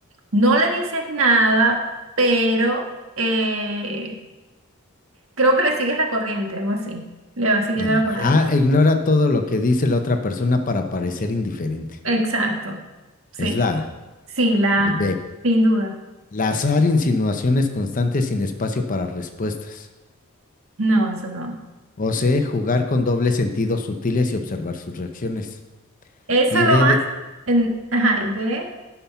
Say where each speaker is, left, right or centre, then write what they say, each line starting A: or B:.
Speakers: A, on the right; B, on the left.
A: no le dices nada, pero eh, creo que le sigues la corriente, algo así, le vas siguiendo
B: No.
A: la corriente.
B: A, ignora todo lo que dice la otra persona para parecer indiferente.
A: Exacto, sí,
B: Es la A.
A: sí, la,
B: B,
A: sin duda,
B: lazar insinuaciones constantes sin espacio para respuestas.
A: no, eso no.
B: O C, jugar con dobles sentidos sutiles y observar sus reacciones.
A: Eso
B: Y
A: lo
B: D,
A: más,
B: de-
A: en, ajá, y de...